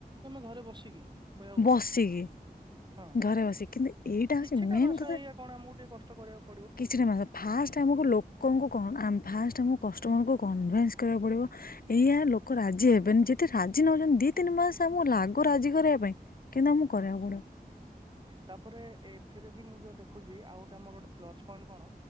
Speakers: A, on the right; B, on the left.
A: କହିବାକୁ ଗଲେ
B: ବସିକି
A: ହଁ
B: ଘରେ ବସିକି କିନ୍ତୁ ଏଇଟା ହଉଛି
A: କିଛିଟା
B: ମେନ୍
A: ମାସ
B: କଥା
A: ଏୟାକଣ ଆମକୁ ଟିକେ କଷ୍ଟ କରିବାକୁ ପ
B: କିଛିଟା ମାସ ଫାଷ୍ଟ ଆମକୁ ଲୋକଙ୍କୁ ଫାଷ୍ଟ ଆମକୁ ପ କଷ୍ଟମର ଙ୍କୁ କନ୍ କରିବାକୁ ପଡ଼ିବ ଏଇଆା ଲୋକ
A: ହୁଁ
B: ରାଜି ହେବେନି ଯେ ଏତେ ରା <inaudible> ଦି
A: ହୁଁ
B: ତିନି ମାସ ଆମକୁ ଲାଗୁ ରାଜିକି କରିବା ପାଇଁ କିନ୍ତୁ ଆମକୁ କରିବାକୁ
A: ହୁଁ
B: ପଡିବ।
A: ସେଥିରେ ବି ମୁଯାହା ଦେଖୁଛି ଆଉ ଗୋଟେ ଆମର ଗୋଟେ ପ୍ଲସ୍ ପଏଣ୍ଟ କଣ?